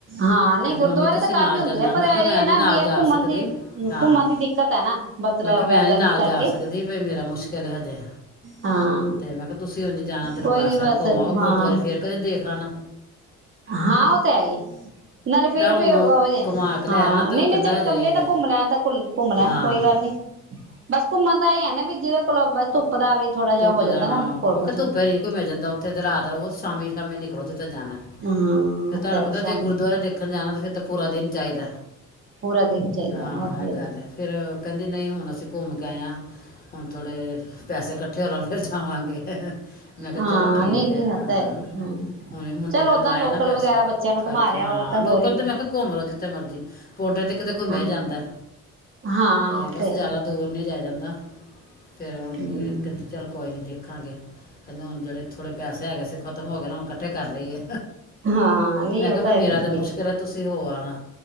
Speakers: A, on the right (about 40°); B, on the left (about 30°).
A: ਹਾਂ ਨਹੀਂ
B: ਕਹਿੰਦੇ
A: ਗੁਰਦੁਆਰੇ
B: ਮੰਮੀ ਤੁਸੀਂ
A: ਤਾਂ ਕਾਫ਼ੀ
B: ਨਾਲ
A: ਹੁੰਦੇ
B: ਚੱਲਣਾ
A: ਆ ਪਰ
B: ਮੈਂ
A: ਇਹ
B: ਕਿਹਾ ਮੈਂ
A: ਹੈ ਨਾ
B: ਨੀ ਨਾਲ
A: ਵੀ ਇਹ
B: ਜਾ
A: ਘੁੰਮਣ
B: ਸਕਦੀ
A: ਦੀ
B: ਹਾਂ
A: ਘੁੰਮਣ ਦੀ ਦਿੱਕਤ ਹੈ ਨਾ ਮਤਲਬ
B: ਮੈਂ ਕਿਹਾ ਮੈਂ
A: ਹੈ
B: ਨੀ
A: ਗਰਮੀ
B: ਨਾਲ
A: ਕਰਕੇ
B: ਜਾ ਸਕਦੀ ਬ ਮੇਰਾ ਮੁਸ਼ਕਿਲ ਹਜੇ
A: ਹਾਂ
B: ਤੇ ਮੈਂ ਕਿਹਾ ਤੁਸੀਂਝ ਜਾਣਾ ਦਰਬਾਰ
A: ਕੋਈ ਨੀ
B: ਸਾਹਿਬ
A: ਬਸ
B: ਘੁੰਮਾ
A: ਹਾਂ
B: ਗੁਰਦੁਆਰੇ ਫੇਿਰ ਕ ਦੇਖ ਆਣਾ
A: ਹਾਂ ਉਹ ਤੇ ਹੈਈ ਨਾਲੇ ਫੇਰ
B: ਹੁਣ
A: ਵੀ ਉਹ
B: ਕਮਾ ਕੇ
A: ਹਾਂ
B: ਲਿਆ ਨਾ ਤੇ
A: ਨਹੀਂ
B: ਉਹ ਕਹਿੰਦਾ
A: ਨਹੀਂ ਚੱਲ
B: ਹਜੇ
A: ਕੱਲੇ ਤਾਂ ਘੁੰਮ ਲੈਣ ਤਾਂ ਘੁੰਮ ਲੈਣ
B: ਹਾਂ
A: ਕੋਈ ਗੱਲ ਨੀ ਬਸ ਘੁੰਮਣ ਦਾ ਇਹ ਹੈ ਨਾ ਵੀ ਜਿਹਦੇ ਕੋਲ ਧੁੱਪ ਦਾ ਵੀ ਥੋੜਾ ਜਿਹਾ
B: ਧੁੱਪ
A: ਹੋ ਜਾਂਦਾ
B: ਦਾ ਹਾਂ
A: ਨਾ
B: ਮੈਂ
A: ਹੋਰ ਕੁਛ
B: ਕਿਹਾ
A: ਨੀ
B: ਧੁੱਪ ਹੈ ਰੀ ਘ ਮਿਲ ਜਾਂਦਾ ਉੱਥੇ ਤੇ ਰਾਤ ਬਹੁਤ ਸ਼ਾਮੀ ਕਮਊਨੀ ੋ ਜਿੱਥੇ ਜਾਣਾ
A: ਹਾਂ ਉਹ
B: ਫੇਰ ਤੁਹਾਨੂੰ
A: ਤਾਂ
B: ਪਤਾ
A: ਹੈ ਸ਼ਾਮੀ
B: ਜੇ ਗੁਰਦੁਆਰਾ ਦੇਖਣ ਜਾਣਾ ਤਾਂ ਫਿਰ ਤਾਂ ਪੂਰਾ ਦਿਨ ਚਾਹੀਦਾ
A: ਪੂਰਾ ਦਿਨ ਚਾਹੀਦਾ
B: ਹਾਂ
A: ਉਹ ਤੇ
B: ਇਹ ਗੱਲ ਫੇਿਰ ਕਹਿੰਦੀ ਨਹੀਂ ਹੁਣ ਅਸੀਂ ਘੁੰਮ ਕੇ ਆਏ ਹਾਂ ਹੁਣ ਥੋੜੇ ਪੈੇ ਕੱ ਠੇਲ ਨੂੰ ਫਿਰ ਜਾਵਾਂਗੇ ਮੈਂ ਕਿਹਾ
A: ਹਾਂ
B: ਚਲੋ ਠੀਕ
A: ਨਹੀਂ
B: ਹੈ
A: ਨਹੀਂ ਉਹ
B: ਹਾਂ
A: ਤਾਂ ਹੀ
B: ਹੁਣ ਵੀ ਮੁੰਡੇ
A: ਚੱਲ
B: ਨੇ
A: ਓਦਾਂ
B: ਲਾਏ
A: ਲੋਕਲ
B: ਨਾ ਪੈਸੇ
A: ਵਗੈਰਾ ਬੱਚਿਆਂ ਨੂੰ
B: ਖਰਚ
A: ਘੁਮਾ ਲਿਆ
B: ਹਾਂ
A: ਉਹ ਤਾਂ
B: ਲੋਕਲ
A: ਹੋਰ ਹੀ
B: ਤੇ ਮੈਂ ਕਿਹਾ ਘੁੰਮ ਲਓ ਜਿੱਥੇ ਮਰਜ਼ੀ ਪੋਂਡੇ ਦੀ ਇੱਕ ਤੇ ਘੁੰਮਿਆ
A: ਹਾਂ
B: ਜਾਂਦਾ
A: ਹਾਂ
B: ਤੇ
A: ਉਹ
B: ਬਸ
A: ਤਾਂ ਹੈ
B: ਜ਼ਿਆਦਾ ਦੂਰ ਨੀ ਜਾ ਜਾਂਦਾ ਫੇਰ ਹੁਣ
A: ਹੂੰ
B: ਵੀ ਕਹਿੰਦੇ ਚੱਲ ਕੋਈ ਨੀ ਦੇਖਾਂਗੇ। ਕਹਿੰਦੇ ਹੁਣ ਜਿਹੜੇ ਥੋੜ੍ਹੇ ਪੈਸੇ ਹੈਗੇ ਸੀਂ ਖਤਮ ਹੋ ਗਏ ਨਾ ਹੁਣ ਇਕੱਠੇ ਕਰ ਲਈਏ
A: ਹਾਂ ਨਹੀਂ
B: ਮੈਂ
A: ਉਹ
B: ਕਿਹਾ ਵੀ ਮੇਰਾ
A: ਠੀਕ
B: ਤਾਂ ਮੁਸ਼ਕਿਲ ਹੈ ਤੁਸੀਂ ਹੋ ਆਨਾ।